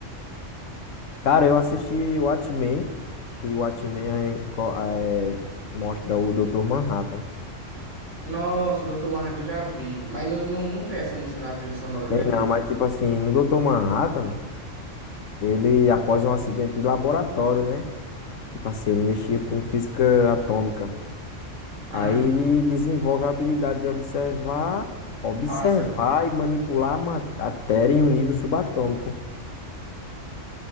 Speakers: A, on the left; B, on the right.
A: Cara, eu assisti o Watchmen, que o Watchmen é, co- é- mostra o Dr. Manhattan.
B: Nossa, o Dr. Manhattan eu já vi, mas não, não, não tem essa música na trilha sonora
A: Tem
B: dele,
A: não,
B: não.
A: mas tipo assim, no Dr. Manhattan, ele, após um acidente de laboratório, né? Tipo assim, ele mexia com física atômica. Aí
B: Ah,
A: ele desenvolve a habilidade de observar, observar
B: pássaro.
A: e manipular a ma- matéria em um nível subatômico.